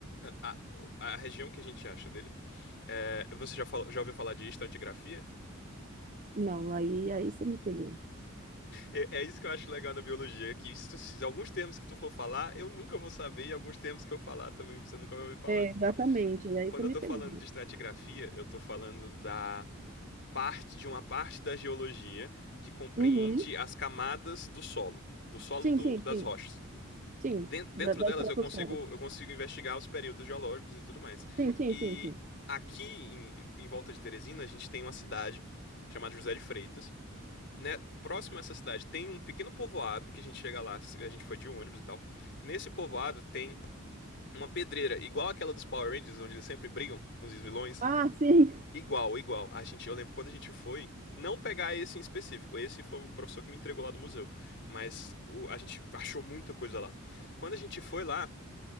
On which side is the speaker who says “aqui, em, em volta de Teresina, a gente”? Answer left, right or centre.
Left